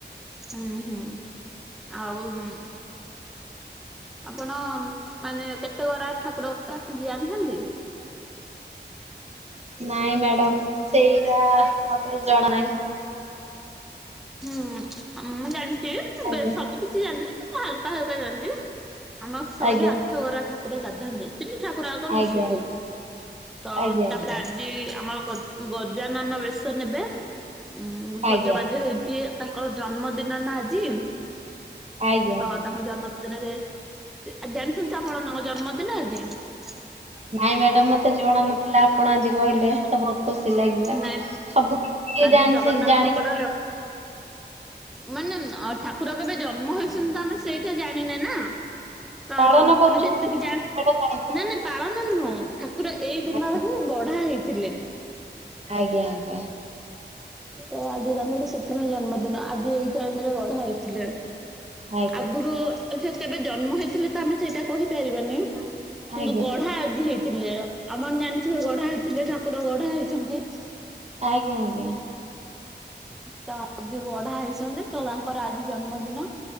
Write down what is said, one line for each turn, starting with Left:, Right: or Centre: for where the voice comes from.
Centre: ହୁଁ ହୁଁ ଆଉ ହ ଆପଣ ମାନେ କେତେ ବରା ଠାକୁର ଯ ଜାଣିଛନ୍ତି
Right: ନାଇଁ ମ୍ୟାଡାମ ସେଇଟା ମତେ ଜଣା ନାହିଁ
Centre: ହୁଁ ମୁଁ ଜାଣିଛି
Right: ଆଜ୍ଞା
Centre: ସବୁ କିଛି ଜାଣିନି ହାଲକା ହାଲକା ଜାଣିଛି ଆମ ଶହେ
Right: ଆଜ୍ଞା
Centre: ଆଠ ବରା ଠାକୁର ଗାଧାନ୍ତି ତିନି ଠାକୁର ଆ କଣ
Right: ଆଜ୍ଞା
Centre: ମିଶିକି
Right: ଆଜ୍ଞା
Centre: ତ
Right: ଆଜ୍ଞା
Centre: ତାପରେ
Right: ଆଜ୍ଞା
Centre: ଆଜି ଆମ ଗଜାନନ ବେଶ ନେବେ ଉ ସଜବାଜ
Right: ଆଜ୍ଞା
Centre: ହେଇ କିଏ ତାଙ୍କର ଜନ୍ମଦିନ ନା ଆଜି
Right: ଆଜ୍ଞା
Centre: ତ
Right: ଆଜ୍ଞା।
Centre: ତାଙ୍କ ଜନ୍ମଦିନରେ ଜାଣିଛନ୍ତି ତ ଆପଣ ତାଙ୍କ ଜନ୍ମଦିନ ଆଜି ହ
Right: ନାଇଁ ମ୍ୟାଡାାମ ମତେ ଜଣ ନଥିଲା ଆପଣ ଆଜି କହିଲେ ତ ଖୁସି ଲାଗିଲା
Centre: ନାଇଁ
Right: ସବୁ କିଛି
Centre: ଆଜି
Right: ଜାଣି
Centre: ଜଗନ୍ନାଥଙ୍କର
Right: ସେ ଜାଣି ପାରି
Centre: ମାନେ ଠାକୁର କେବେ ଜନ୍ମ ହେଇଛନ୍ତି ତ ଆମେ ସେଇଟା ଜାଣିନେ ନା ତ
Right: ପାଳନ
Centre: ଆମେ
Right: କରୁଛନ୍ତି
Centre: ଯେତିକି ଯାଣି
Right: ସେଇଟା ଜାଣିଛି
Centre: ନାଇଁ ନାାଇଁ ପାଳନ ନୁହଁ ଠାକୁର ଏଇ ଦିନରେ
Right: ଆଉ।
Centre: ହିଁ ଗଢା ହେଇ ଥିଲେ
Right: ଆଜ୍ଞା ଆଜ୍ଞା
Centre: ତ ଆଜି ତାଙ୍କର ସେଥିପାଇଁ ଜନ୍ମଦିନ ଆଜି ଏଇ ଟାଇମ ରେ ଗଢା ହେଇଛି
Right: ଆଜ୍ଞା
Centre: ଆଗରୁ କେବେ ଜନ୍ମ ହେଇଥିଲେ ତ ଆମେ ସେଇଟା କହିପାରିବାନି କିନ୍ତୁ
Right: ଆଜ୍ଞା
Centre: ଗଢା ଆଜିି ହେଇଥିଲେ ଆମ ଜାଣିଥିବେ ଗଢା ହେଇଥିଲେ ଠାକୁର ଗଢା ହେଇଛନ୍ତି
Right: ଆଜ୍ଞା ଆଜ୍ଞା
Centre: ତ ଆଜି ଗଢା ହେଇଛନ୍ତି ତ ତାଙ୍କର ଆଜି ଜନ୍ମଦିନ।